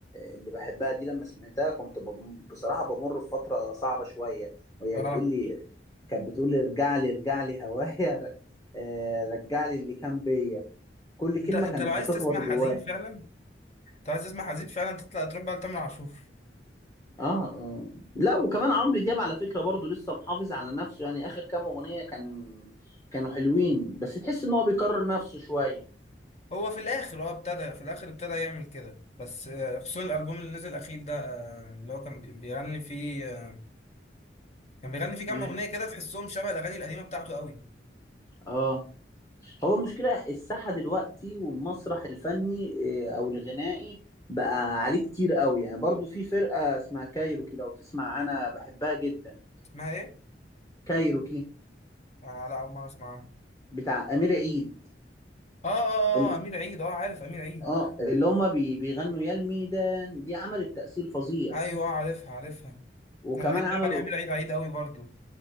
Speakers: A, on the left; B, on the left.
A: اللي بحبها دي لما سمعتها كنت بم... بصراحة بمر في فترة صعبة شوية وهي
B: اه
A: بتقول لي كانت بتقول لي ارجع لي ارجع لي هوايا ر- <laughs> آه، رجع لي اللي كان بيا كل
B: انت
A: كلمه
B: انت
A: كانت
B: لو عايز
A: بتخبط
B: تسمع
A: جوايا
B: حزين فعلا انت عايز تسمع حزين فعلا تطلع تروح بقى لتامر عاشور
A: آه, اه لا وكمان عمرو دياب على فكره برضو لسه محافظ على نفسه يعني اخر كام اغنيه كان كانوا حلوين بس تحس ان هو بيكرر نفسه شويه
B: هو في الاخر هو ابتدى في الاخر ابتدى يعمل كده بس آه، خصوصا الالبوم اللي نزل الاخير ده آه، اللي هو كان بي- بيغني فيه آه، كان بيغني فيه كام
A: مم.
B: اغنيه كده تحسهم شبه الاغاني القديمه بتاعته قوي
A: اه هو المشكله الساحه دلوقتي والمسرح الفني آه، او الغنائي بقى عليه كتير قوي يعني برضو في فرقه اسمها كايروكي لو تسمع انا بحبها جدا
B: اسمها ايه
A: كايروكي
B: آه لا اول مره اسمعها
A: بتاع امير عيد
B: اه اه
A: ال-
B: اه آه، امير عيد اه عارف امير عيد
A: اه اللي هما بي- بيغنوا يا الميدان دي عملت تأثير فظيع
B: ايوه آه، عارفها عارفها
A: وكمان
B: انا بحب
A: عملوا
B: اغاني امير عيد عيد قوي برضو